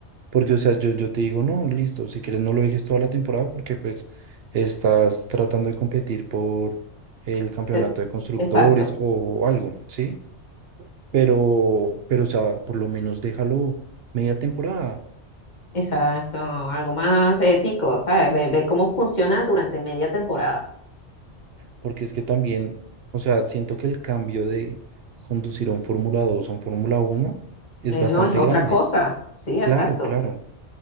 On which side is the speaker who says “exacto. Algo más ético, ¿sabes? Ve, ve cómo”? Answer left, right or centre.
Left